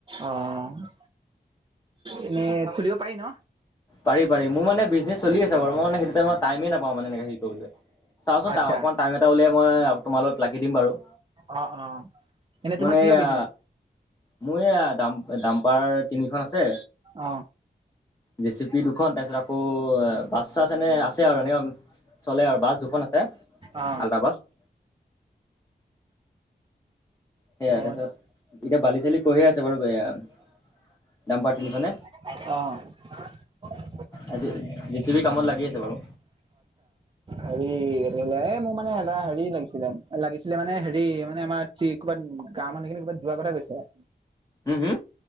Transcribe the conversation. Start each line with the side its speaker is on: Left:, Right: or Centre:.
Right: অহ, এনেই খুলিব পাৰি ন।
Left: পাৰি পাৰি মোৰ মানে বিজনেছ চলি আছে বাৰু মই মানে সেইটো টাইমত টাইমেই নাপাওঁ মানে এনেকে হেৰি কৰিবলৈ, চাওঁচোন
Right: আচ্ছা
Left: তাৰ অকমান টাইম এটা উলিয়াই মই তোমাৰ লগত লাগি দিম বাৰু।
Right: অহ অহ এনেই
Left: মানে
Right: তোমাক কিহৰ
Left: এয়া
Right: বিজনে
Left: মোৰ এইয়া দাম দাম্পাৰ তিনিখন আছে,
Right: অ
Left: জে চিপি দুখন, তাৰপিছত আকৌ বাছ চাছ এনে আছে আৰু এনেও চলে আৰু বাছ দুখন আছে।
Right: অ
Left: আলৰাাবাস <inaudible> সেয়াাই
Right: অ
Left: তাৰপিছত এতিয়া বালি চালি পঢ়ে <inaudible> আছে বাৰু এ দাম পাৰ তিনিখনে।
Right: অঁ।
Left: আজি, জে চি বি কামত লাগি আছে বাৰু।
Right: হ এ মোৰ মানে <inaudible> হেৰি লাগিছিলে - লাগিছিলে মানে হেৰি মানে আমাৰ কি ক'বাত গৱৰ মানুহখিনি ক'ৰবাত যোৱাৰ কথা কৈছিলে।
Left: উম উম।